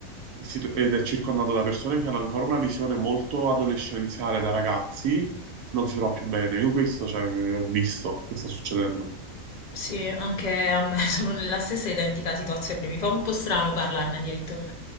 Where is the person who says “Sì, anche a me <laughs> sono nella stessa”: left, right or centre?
Left